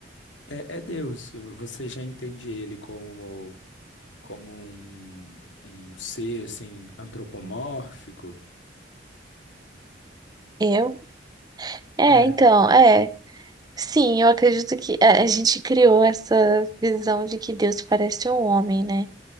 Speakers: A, on the left; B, on the right.
A: é, é Deus. Você já entende ele como, como um, um ser assim antropomórfico?
B: Eu? É,
A: É.
B: então, é. Sim, eu acredito que é, a gente criou essa visão de que Deus parece um homem, né?